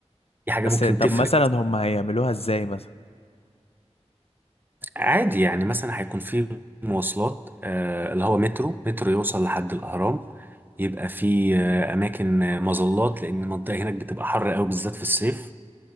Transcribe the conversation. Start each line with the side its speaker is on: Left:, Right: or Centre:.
Right: دي حاجة
Left: بس
Right: ممكن
Left: طب
Right: تفرق
Left: مثلا هم هيعملوها ازاي مثلا
Right: عادي يعني مثلا هيكون في مواصلات آه، اللي هو مترو مترو يوصل لحد الأهرام يبقى في آه، أماكن آه، مظلات لأن المنطقة هناك بتبقى حر أوي بالذات في الصيف